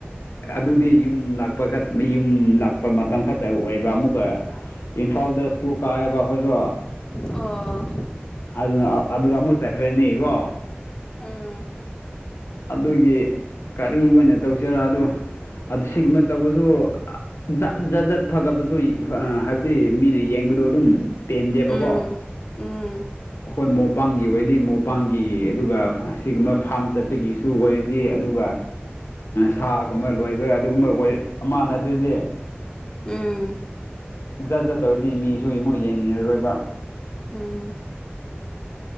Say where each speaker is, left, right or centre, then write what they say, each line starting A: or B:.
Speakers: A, on the left; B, on the left.
A: ꯑꯗꯨꯗꯤ ꯌꯨꯝ ꯂꯥꯛꯄ ꯌꯨꯝ ꯂꯥꯛꯄ ꯃꯇꯝ ꯈꯛꯇ ꯑꯣꯏꯕ ꯑꯃꯨꯛꯀ ꯏꯝꯐꯥꯜꯗ ꯁ꯭ꯀꯨꯜ ꯀꯥꯢꯌꯦꯕ ꯑꯈꯣꯏꯁꯨ
B: ꯑꯣ
A: ꯑꯗꯨꯅ ꯑꯗꯨꯗ ꯑꯃꯨꯛ ꯆꯠꯈ꯭ꯔꯅꯤꯀꯣ
B: ꯎꯝ
A: ꯑꯗꯨꯒꯤ ꯀꯔꯤ ꯑꯣꯏꯅ ꯇꯧꯁꯤꯔ ꯑꯗꯣ ꯁꯤꯒꯨꯝꯕ ꯇꯧꯕꯁꯨ ꯖꯥꯠ ꯖꯥꯠ ꯖꯥꯠ ꯊꯥꯒꯠꯄꯁꯨ ꯍꯥꯏꯕꯗꯤ ꯃꯤꯅ ꯌꯦꯡꯕꯗꯣ ꯑꯗꯨꯝ ꯄꯦꯟꯗꯦꯕꯀꯣ
B: ꯎꯝ ꯎꯝ
A: ꯑꯩꯈꯣꯏ ꯃꯣꯕꯥꯡꯒꯤ ꯑꯣꯏꯔꯗꯤ ꯃꯣꯕꯥꯡꯒꯤ ꯑꯗꯨꯒ ꯁꯤꯒꯨꯝꯕ ꯐꯥꯝ ꯆꯠꯄꯒꯤꯁꯨ ꯑꯣꯏꯔꯗꯤ ꯑꯗꯨꯒ ꯁꯥꯒꯨꯝꯕ ꯂꯣꯏꯕ ꯑꯗꯨꯒꯨꯝꯕ ꯑꯣꯏ ꯑꯃ ꯅꯠꯇ꯭ꯔꯗꯤ
B: ꯎꯝ
A: ꯖꯥꯠ ꯖꯥꯠ ꯇꯧꯔꯗꯤ ꯃꯤꯁꯨ ꯃꯣꯏ ꯌꯥꯡꯅꯤꯡꯉꯔꯣꯏꯕ
B: ꯎꯝ